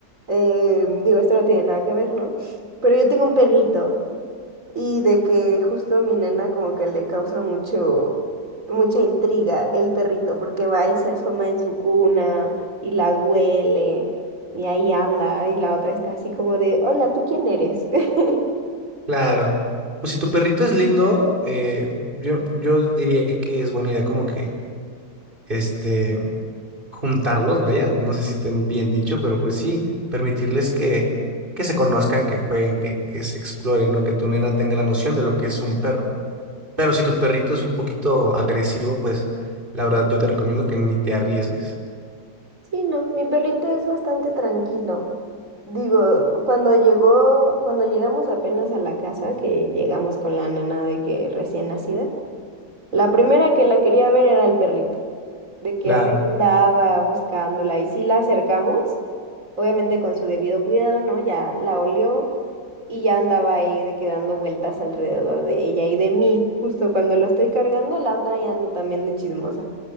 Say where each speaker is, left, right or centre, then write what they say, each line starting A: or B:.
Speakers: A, on the right; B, on the right.
A: eh, digo, esto no tiene nada que ver, ¿no? Pero yo tengo un perrito. Y de que justo a mi nena como que le causa mucho, mucha intriga el perrito, porque va y se asoma en su cuna y la huele y ahí anda y la otra está así como de, hola, ¿tú quién eres? <laughs>
B: Claro. Pues si tu perrito es lindo, eh, yo, yo diría que es buena idea como que este juntarlos, vaya, no sé si estén bien dicho, pero pues sí, permitirles que, que se conozcan, que jueguen, que, que se exploren, ¿no? Que tu nena tenga la noción de lo que es un perro. Pero si tu perrito es un poquito agresivo, pues la verdad yo te recomiendo que ni te arriesgues.
A: Sí, no, mi perrito es bastante tranquilo. Digo, cuando llegó, cuando llegamos apenas a la casa, que llegamos con la nena de que recién nacida, La primera que la quería ver era el perrito, de que
B: Claro.
A: andaba buscándola y sí la acercamos, obviamente con su debido cuidado, ¿no? Ya la olió y ya andaba ahí de que dando vueltas alrededor de ella y de mí, justo cuando la estoy cargando, la otra ya ando también de chismosa.